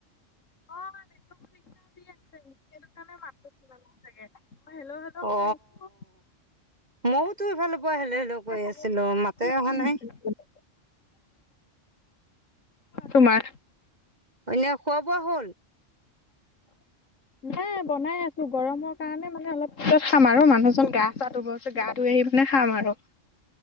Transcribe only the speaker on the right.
অ
ময়ও তো ইফালৰ পৰা হেল্ল হেল্ল
কৈ
আছিলো মাতে অহা
নাই
এনে খোৱা বোৱা হ'ল